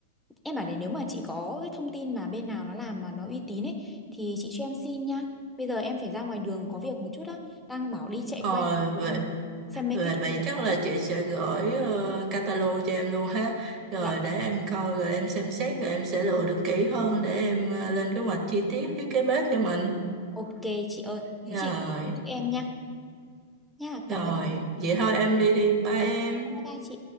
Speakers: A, in the centre; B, on the right.
A: em bảo này nếu mà chị có cái thông tin mà bên nào nó làm mà nó uy tín ấy thì chị cho em xin nha. Bây giờ em phải ra ngoài đường có việc một chút á. Đang bảo đi chạy
B: Ờ,
A: quanh
B: vậy,
A: em xem mấy
B: vậy,
A: cái chỗ
B: vậy
A: triển
B: chắc
A: lãm.
B: là chị sẽ gửi ờ, catalog cho em luôn ha. Rồi
A: Dạ
B: để
A: vâng.
B: em coi, rồi em xem xét, rồi em sẽ lựa được kỹ hơn để em ờ, lên kế hoạch chi tiết thiết kế bếp cho mình.
A: Ok chị ơi.
B: Rồi,
A: Thế chị giúp em nha. Nha
B: rồi,
A: cảm ơn chị.
B: vậy
A: Rồi
B: thôi
A: ok.
B: em đi đi, bye em.
A: Bye bye chị.